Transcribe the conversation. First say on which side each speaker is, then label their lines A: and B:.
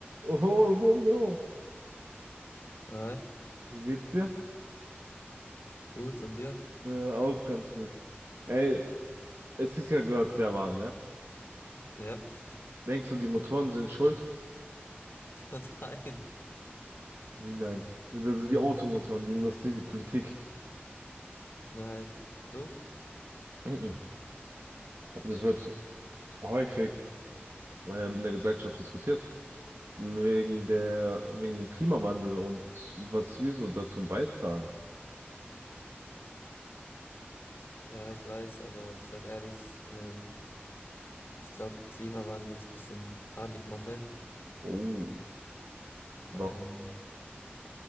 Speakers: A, on the right; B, on the left.
A: Oh, Romeo,
B: Hi,
A: wie geht's dir?
B: gut, und dir?
A: Äh, auch ganz gut. Ey, es ist ja gerade sehr warm, ne?
B: Ja.
A: Denkst
B: Oh,
A: du, die Motoren sind schuld?
B: <laughs> nein,
A: Wie nein? Also die Automotoren, die Industrie, die Politik.
B: nein. Du?
A: Mhm. Aber das wird häufig ähm, in der Gesellschaft diskutiert. Wegen der, wegen dem Klimawandel und was wir so dazu beitragen.
B: Ja, ich weiß, aber ich sag ehrlich, ähm, ich glaube, Klimawandel ist bisschen Panikmache.
A: Oh, wow.
B: Ähm,